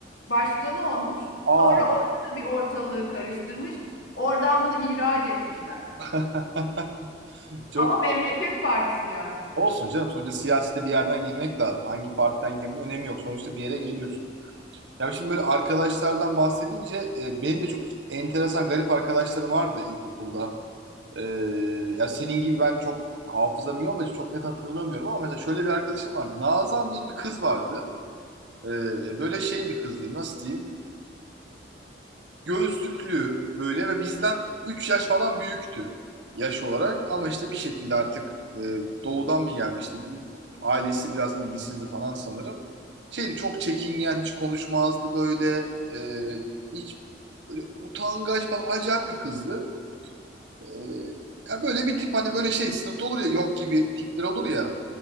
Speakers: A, on the left (about 85°); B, on the right (about 75°).
A: başkanı olmuş.
B: aa.
A: Sonra orada da bir ortalığı karıştırmış. Oradan bunu ihraç etmişler.
B: <laughs> Çok
A: Ama Memleket Partisi yani.
B: olsun canım. Sonuçta siyasete bir yerden girmek lazım. Hangi partiden girdin önemi yok. Sonuçta bir yere geliyorsun. Ya şimdi böyle arkadaşlardan bahsedince e, benim de çok enteresan garip arkadaşlarım vardı ilkokulda. E, ya senin gibi ben çok hafızam iyi olmadı çok net hatırlamıyorum ama mesela şöyle bir arkadaşım vardı. Nazan diye bir kız vardı. E, böyle şey bir kızdı nasıl diyeyim? gözlüklü böyle ve bizden 3 yaş falan büyüktü yaş olarak. Ama işte bir şekilde artık e, doğudan mı gelmişti? Ailesi biraz ilgisizdi falan sanırım. Şeydi çok çekingen, hiç konuşmazdı böyle. E, hiç böyle utangaç falan acayip bir kızdı. E, ya böyle bir tip hani böyle şey sınıfta olur ya yok gibi tipler olur ya.